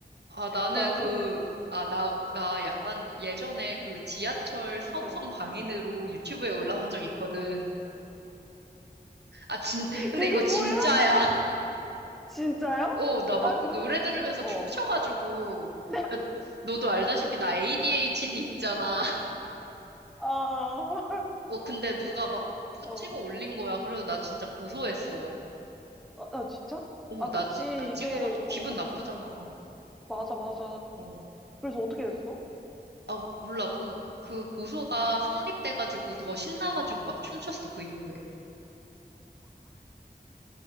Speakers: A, on the right; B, in the centre.
A: 아, 나는
B: 어,
A: 그, 아, 나, 나 약간 예전에 그 지하철 4호선
B: 응.
A: 광인으로 유튜브에 올라온 적 있거든. 아, 진, 근데
B: 그게
A: 이거 진짜야.
B: 뭐야?
A: <laughs>
B: 진짜요?
A: 어, 나 막
B: 아,
A: 노래 들으면서
B: 어.
A: 춤춰가지고.
B: 네.
A: 야, 너도 알다시피 나 ADHD 있잖아. <laughs>
B: 아, <laughs>
A: 어, 근데 누가 막 뿌-
B: 어.
A: 찍어 올린 거야. 그래서 나 진짜 고소했어.
B: 아, 아, 진짜?
A: 어,
B: 아,
A: 나,
B: 그치.
A: 찌, 나 찍어가지고
B: 이게,
A: 기분
B: 어, 어.
A: 나쁘잖아.
B: 맞아, 맞아.
A: 어.
B: 그래서 어떻게 됐어?
A: 아, 몰라. 그, 그 고소가 성립돼가지고
B: 응.
A: 더 신나가지고 막 춤췄어, 그 이후에.